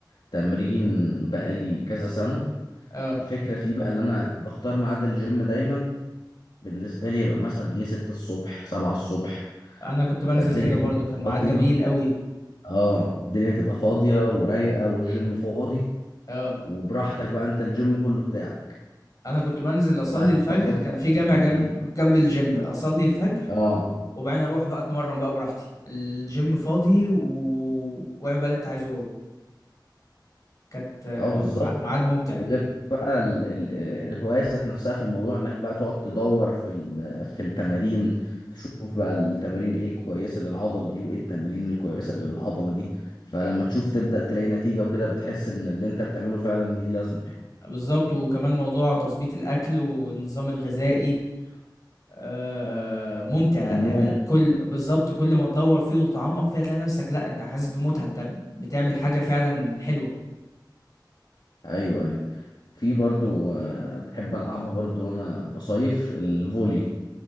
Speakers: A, on the left (about 70°); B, on the left (about 45°).
A: تمرين بقالي كذا سنه
B: اه
A: الفكره فيه بقى اللي انا بختار ميعاد الجيم دايما بالنسبه لي يبقى مثلا ايه 6 الصبح 7 الصبح
B: انا كنت بنزل
A: فالدنيا
B: كده برضو
A: تبقى
B: كان ميعاد
A: فاضيه
B: جميل قوي
A: اه الدنيا تبقى فاضية ورايقة والجيم فاضي
B: اه
A: وبراحتك بقى انت الجيم كله بتاعك
B: انا كنت بنزل اصلي
A: وبعد
B: الفجر
A: ما تاخد
B: كان في جامع
A: تمرين
B: جنب جنب الجيم اصلي الفجر
A: اه
B: وبعدين اروح بقى اتمرن بقى براحتي الجيم فاضي و... واعمل بقى اللي انت عايزه جوه كانت آه،
A: اه بالظبط
B: مع- ميعاد ممتع
A: وغير بقى ال- ال- آه، الهواية ذات نفسها في الموضوع انك بقى تقعد تدور في ال- في التمارين تشوف بقى التمارين ايه الكويسة للعضلة دي وايه التمارين الكويسة للعضلة دي فلما تشوف تبدأ تلاقي نتيجة وكده بتحس ان اللي انت بتعمله فعلا ليه لازمة يعني
B: بالضبط، وكمان موضوع تضبيط الأكل والنظام الغذائي آآ ممتع، يعني.
A: والنوم
B: كل بالضبط، كل ما تدوّر فيه وتتعمّق فيه هتلاقي نفسك لأ، أنت حاسس بمتعة، أنت بتعمل حاجة فعلًا حلوة،
A: ايوه ايوه في برضو آه، بحب العبها برضو وانا بصيف الفولي